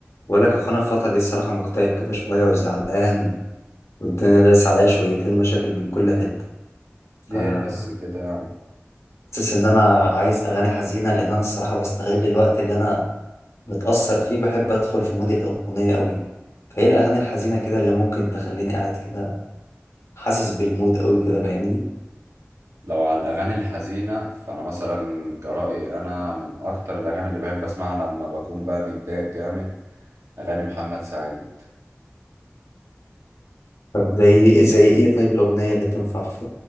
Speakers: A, on the left; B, on the right.
A: بقول لك يا اخوانا الفترة دي الصراحة مكتئب كده شوية وزعلان والدنيا دايسة عليا شويتين مشاكل من كل حتة
B: ليه
A: فحاسس
B: بس كده يا عم؟
A: إن أنا عايز أغاني حزينة لأن أنا الصراحة بستغل الوقت اللي أنا متأثر فيه بحب أدخل في مود الأغنية أوي فإيه الأغاني الحزينة كده اللي ممكن تخليني قاعد كده حاسس بالمود أوي كده فاهمني
B: لو على الأغاني الحزينة فأنا مثلا كرأيي أنا من أكتر الأغاني اللي بحب أسمعها لما بكون بقى متضايق جامد أغاني محمد سعيد
A: طب زي زي إيه طيب الأغنية اللي تنفع في